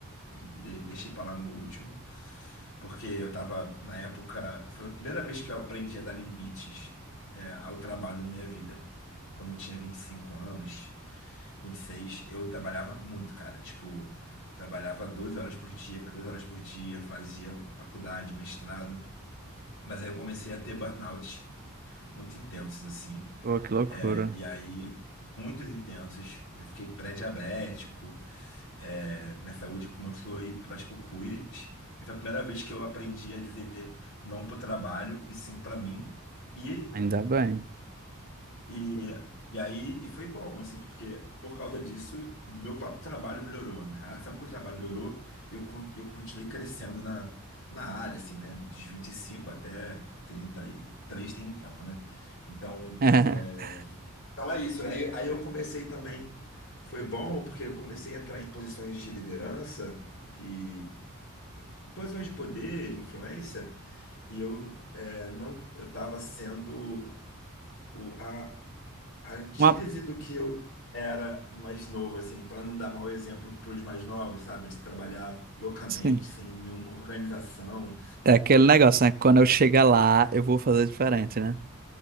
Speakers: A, on the left (about 55°); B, on the right (about 40°).
A: de- deixei pra lá no último, porque eu tava, na época, foi a primeira vez que eu aprendi a dar limites, é, ao trabalho na minha vida. Quando eu tinha 25 anos, vinte e seis eu trabalhava muito, cara. Tipo, trabalhava 12 horas por dia, 14 horas por dia, fazia faculdade, mestrado. Mas aí eu comecei a ter burnout muito intensos, assim.
B: Pô, que loucura.
A: É, e aí, muitos intensos. Eu fiquei pré-diabético. É, minha saúde começou a ir para as cucuias. E foi a primeira vez que eu aprendi a dizer não para o trabalho e sim para mim. E,
B: Ainda bem.
A: e, e aí e foi bom, assim, porque por causa disso, meu próprio trabalho melhorou, a minha relação com o trabalho melhorou e eu, con- eu continuei crescendo na, na área, assim, né? Dos 25 até 33 tem um tempo, né? Então.
B: <laughs>
A: é, então é isso. Aí, aí eu comecei também. Foi bom porque eu comecei a entrar em posições de liderança e posições de poder, influência, e eu é, não eu estava sendo o, a, a antítese
B: Uma...
A: do que eu era mais novo, assim, para não dar mau exemplo para os mais novos, sabe? De trabalhar loucamente,
B: Sim.
A: sem nenhuma organização,
B: É aquele negócio, né? Quando eu chegar lá, eu vou fazer diferente, né?